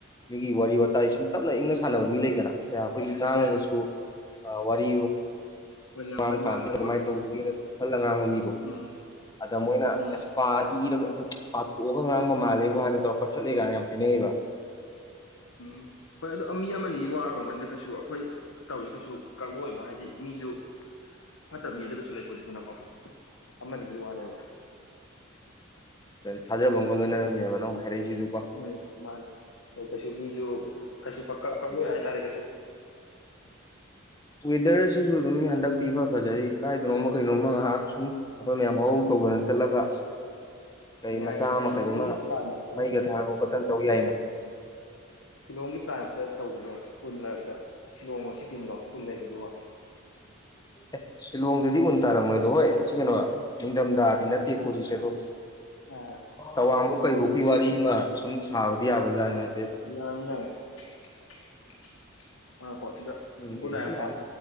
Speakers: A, on the left; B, on the left.
A: ꯃꯤꯒꯤ ꯋꯥꯔꯤ ꯋꯥꯇꯥꯏ ꯁꯨꯝ ꯇꯞꯅ ꯏꯪꯅ ꯁꯥꯟꯅꯕ ꯃꯤ ꯂꯩꯗꯅ꯫ ꯀꯌꯥ ꯑꯩꯈꯣꯏꯒꯤ ꯉꯥꯡꯉꯒꯁꯨ
B: ꯎꯝ
A: ꯑ ꯋꯥꯔꯤ
B: ꯍꯣꯏ ꯌꯥꯝ
A: ꯃꯥꯡ
B: ꯀꯟ ꯉꯥꯡꯗꯕ
A: ꯀꯥꯟꯗ ꯀꯃꯥꯏꯅ ꯇꯧꯒꯦꯅ ꯈꯜꯂ ꯉꯥꯡꯕ ꯃꯤꯗꯣ꯫
B: ꯎꯝ
A: ꯑꯗ ꯃꯣꯏꯅ
B: ꯎꯝ
A: ꯑꯦꯁ ꯄꯥ ꯏꯔꯒ ꯄꯥꯊꯣꯛꯑꯒ ꯉꯥꯡꯕ ꯃꯥꯜꯂꯦꯕꯨ ꯍꯥꯏꯕ ꯇꯧꯔꯒ ꯀꯊꯠꯂꯦ ꯒꯅꯥ ꯌꯥꯝ ꯍꯥꯏꯅꯩꯑꯕ꯫
B: ꯎꯝ ꯍꯣꯏ ꯑꯗꯣ ꯃꯤ ꯑꯃ ꯑꯅꯤꯒꯤ ꯋꯥ ꯑꯣꯏꯔꯡꯒꯅꯤꯗ ꯀꯩꯁꯨ ꯑꯩꯈꯣꯏ꯫ ꯇꯧꯔꯤ ꯀꯩꯁꯨ ꯀꯛꯂꯑꯣꯏꯕ ꯍꯥꯏꯗꯤ ꯃꯤꯖꯨ ꯐꯠꯇꯕ ꯃꯤꯗ ꯀꯩꯁꯨ ꯂꯩꯄꯣꯟꯇꯦꯗꯅꯀꯣ꯫ ꯑꯃꯅꯤꯒꯤ ꯋꯥꯅꯦꯕ
A: ꯊꯥꯖꯕ ꯑꯃꯒ ꯂꯣꯏꯅꯅꯥꯅꯦꯕꯀꯣ ꯅꯪꯕꯨ ꯍꯥꯏꯔꯛꯏꯖꯤꯖꯨ ꯀꯣ
B: ꯎꯝ ꯃꯥꯅꯤ ꯑꯣ ꯀꯩꯁꯨ ꯃꯤꯖꯨ ꯀꯩꯁꯨ ꯀꯛ ꯀꯛ
A: ꯑꯣ
B: ꯀꯛꯂꯣꯏ ꯍꯥꯏꯇꯥꯔꯦ ꯀꯩꯁꯨ
A: ꯋꯦꯗꯔꯁꯤꯁꯨ ꯑꯗꯨꯝ ꯍꯟꯗꯛꯇꯤ ꯏꯐꯥ ꯐꯥꯖꯔꯤ ꯀꯥꯏꯗꯅꯣꯝꯃ ꯀꯩꯅꯣꯝꯃ ꯉꯥꯍꯥꯛ ꯁꯨꯝ ꯑꯩꯈꯣꯏ ꯃꯌꯥꯝ ꯍꯧ ꯍꯧ ꯇꯧꯗꯅ ꯆꯠꯂꯒ꯫ ꯀꯩ
B: ꯌꯥꯏꯅꯦ
A: ꯃꯆꯥ
B: ꯁꯤꯂꯣꯡꯒꯤ
A: ꯑꯃ ꯀꯩ ꯑꯃ
B: ꯄ꯭ꯂꯥꯟ ꯑꯝꯇ
A: ꯃꯩꯒ ꯊꯥ ꯈꯣꯀꯠꯇꯅ ꯇꯧ ꯌꯥꯏꯅꯦ꯫
B: ꯁꯤꯂꯣꯡꯒꯤ ꯄ꯭ꯂꯥꯟ ꯑꯝꯇ ꯇꯧꯖꯤꯅꯦ ꯎꯟ ꯃꯔꯛꯇ ꯁꯤꯂꯣꯡꯂꯣ ꯁꯤꯀꯤꯝꯂꯣ ꯎꯟ ꯂꯩꯕꯗꯨ ꯕꯣ
A: ꯑꯦ ꯁꯤꯂꯣꯡꯗꯗꯤ ꯎꯨꯟ ꯇꯥꯔꯝꯃꯣꯏꯗꯣ ꯍꯣꯏ ꯁꯤ ꯀꯩꯅꯣ ꯅꯤꯡꯊꯝꯊꯥꯗꯤ ꯅꯠꯇꯦꯀꯣ ꯍꯧꯖꯤꯛꯁꯦ ꯑꯗꯣ꯫
B: ꯑꯥ
A: ꯇꯋꯥꯡꯕꯨꯛ ꯀꯩꯕꯨꯨꯛꯀꯤ ꯋꯥꯔꯤ ꯑꯃ ꯁꯨꯝ ꯁꯥꯕꯗꯤ ꯌꯥꯕꯖꯥꯠꯅꯦ ꯍꯥꯏꯐꯦꯠ꯫
B: ꯌꯥꯅꯤ ꯌꯥꯔꯦ <unintelligible> ꯉꯥꯏꯑꯣꯀꯣ ꯁꯤꯗ
A: ꯎꯝ
B: ꯒꯨꯠꯅꯥꯏꯗ
A: ꯁꯨꯃꯥꯏꯅ
B: ꯑꯃ ꯊꯥꯒꯦ꯫